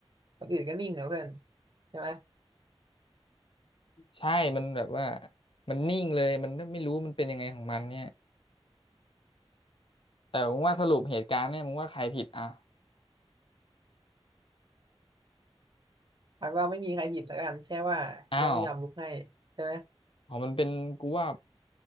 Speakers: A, on the right (about 45°); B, on the left (about 60°).
A: คนอื่นก็นิ่งนะเพื่อนใช่ไหม
B: ใช่มันแบบว่ามันนิ่งเลยมันไม่รู้มันเป็นยังไงของมันเนี่ยแต่มึงว่าสรุปเหตุการณ์เนี่ยมึงว่าใครผิดอ่ะ
A: พักว่าไม่มีใครผิดแล้วกันแค่ว่าที่นั่นไม่ยอมลุกให้ใช่ไหม
B: อ้าวอ๋อมันเป็นกูว่า